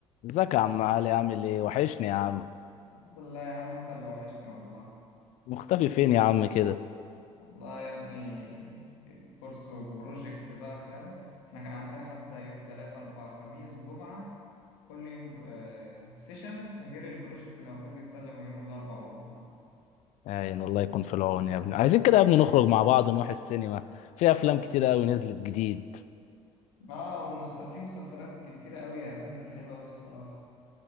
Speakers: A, on the left; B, on the left.
A: ازيك يا عم علي عامل ايه وحشني يا عم
B: الحمد لله يا عم انت اللي وحشني والله
A: مختفي فين يا عم كده
B: والله يا ابني الكورس وبروجكت بقى فاهم احنا كان عندنا حتى يوم تلاتة أربعة خميس جمعة كل يوم آه، سيشن غير البروجكت اللي المفروض يتسلم يوم الأربعاء والجمعة
A: عين الله يكون في العون يا ابني عايزين كده يا ابني نخرج مع بعض نروح السينما في افلام كتير قوي نزلت جديد
B: اه وفي مسلسلات كتيرة قوي هتنزل حلوة قوي الصراحة